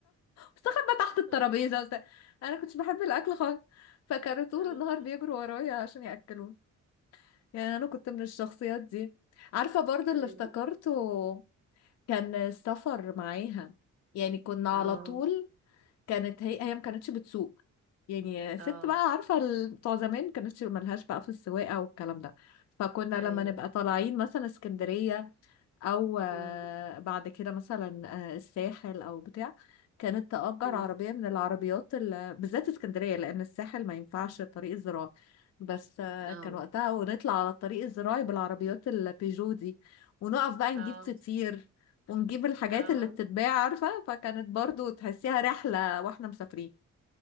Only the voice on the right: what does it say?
آه.
آه.
أيوه
اه
اه
أيوه
مم.
مم.
اه
اه
اه